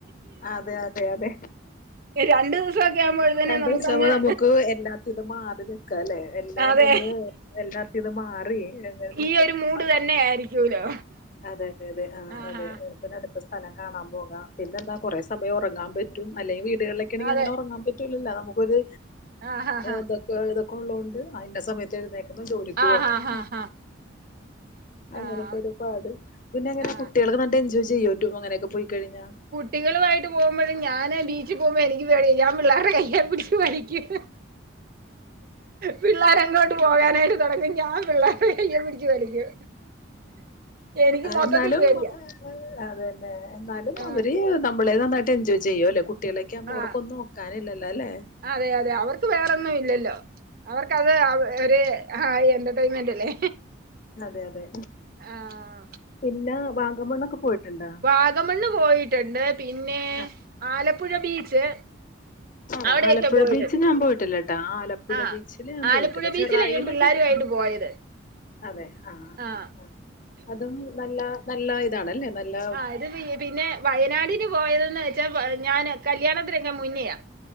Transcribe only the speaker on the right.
രണ്ടു ദിവസൊക്കെ ആവുമ്പോഴത്തേനും
നമുക്കങ്ങ്
അതെ
ഈ ഒരു മൂട്
തന്നെ ആയിരിക്കൂലോ
ആഹാ
അതെ
ആഹാ ഹാ
ആഹാ
ഹാ ഹാ
ആഹ്
ആഹ്
കുട്ടികളുമായിട്ട് പോകുമ്പോത് ഞാന് ബീച്ചിൽ പോകുമ്പോ എനിക്ക് പേടിയാ ഞാ പിള്ളേരുടെ കയ്യി എ പിടിച് വലികും പിള്ളോരങ്ങോട്ട് പോകാനായിട്ട് തുടക്കം ഞാ പിള്ളേർ കയേ പിടിച്ചു വലിക്കും എനിക്ക് മൊത്തത്തിൽ
പേടിയാ
ആഹ്
ആഹ്
അതെ അതെ അവർക്ക് വേറെന്നും ഇല്ലല്ലോ അവർക്കത് ഒരു ആ എന്റർടൈൻമെന്റ് അല്ലേ
ആഹ്
വാഗമണ്ണ് പോയിട്ട് ണ്ട് പിന്നെ
ആലപ്പുഴ ബീച്ച്
അവിടെയൊക്കെ
പോയിട്ടുണ്ട്
ആഹ്
ആലപ്പുഴ
ബീച്ചില
ഞാൻ പിള്ളേരുമായിട്ട്
പോയത്
ആഹ്
ആഹ് ഇത് പിന്നെ വയനാടിന് പോയതെന്ന് വെച്ചാ, പ ഞാന് കല്യാണത്തിനൊക്കെമുന്നെയാ.